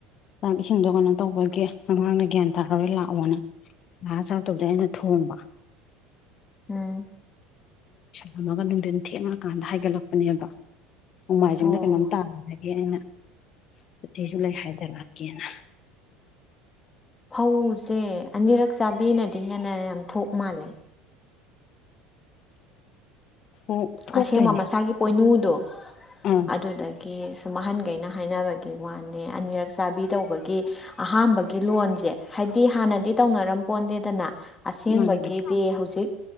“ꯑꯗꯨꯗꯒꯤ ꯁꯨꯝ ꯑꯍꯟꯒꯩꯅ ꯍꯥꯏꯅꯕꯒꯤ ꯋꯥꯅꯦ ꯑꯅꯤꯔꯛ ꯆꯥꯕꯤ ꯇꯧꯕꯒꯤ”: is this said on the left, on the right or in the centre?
Left